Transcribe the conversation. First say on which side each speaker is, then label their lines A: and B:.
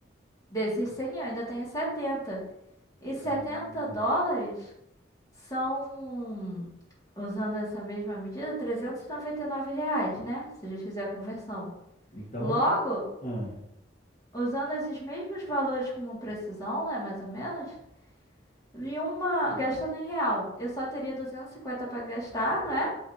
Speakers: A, on the left; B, on the left.
A: Desses 100 eu ainda tenho setenta E setenta
B: Hum,
A: dólares são, usando essa mesma medida, trezentos e e noventa e nove reais, né? Se a gente fizer a conversão.
B: Então,
A: Logo,
B: ah,
A: usando esses mesmos valores como precisão, né? Mais ou menos, em uma, gastando em real, eu só teria 250 para gastar, não é?